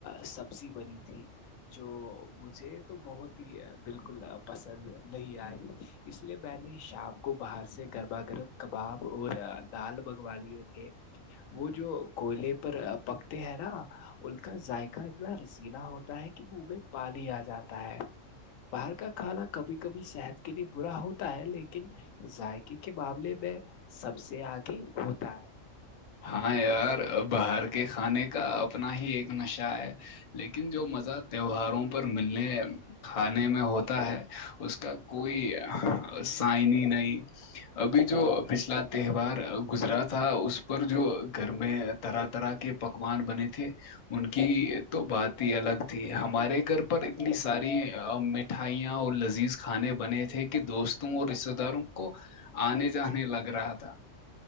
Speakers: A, on the left (about 80°); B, on the left (about 45°).
A: سبزی بنی تھی جو مجھے تو بہت ہی بالکل پسند نہیں آئی اس لیے میں نے شام کو باہر سے گرما گرم کباب اور دال بنگوا لیے تھے وہ جو کوئلے پر پکتے ہیں نا ان کا ذائقہ اتنا رسیین ہوتا ہے کہ منہ میں پال ہی آ جاتا ہے باہر کا کھانا کبھی کبھی صحت کے لیے برا ہوتا ہے لیکن ذائقے کے معاملے میں سب سے آگے ہوتا ہے
B: ہاں یار باہر کے کھانے کا اپنا ہی ایک نشہ ہے لیکن جو مزہ تہواروں پر ملنے کھانے میں ہوتا ہے اس کا کوئی سائنی نئی ابھی جو پچھلا تہوار گزرا تھا اس پر جو گھر میں طرح طرح کے پکوان بنے تھے ان کی تو بات ہی الگ تھی ہمارے گھر پر اتنی ساری م مٹھائیاں اور لذیذ کھانے بنے تھے کے دوستوں اور رشتے داروں کو آنے جانے لگ رہا تھا